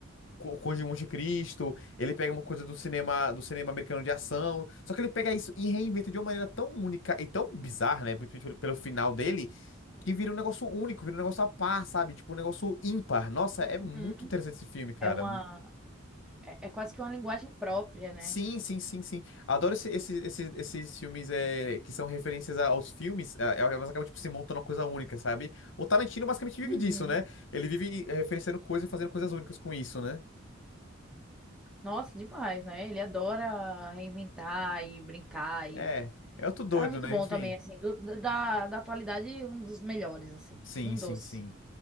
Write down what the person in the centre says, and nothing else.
Uhum.
É uma, é é quase que uma linguagem própria, né?
Uhum.
Nossa, demais, né? Ele adora reinventar e brincar e...
O
cara é muito
bom
também, assim, do- do- da, da atualidade, um dos melhores, assim,
um
dos.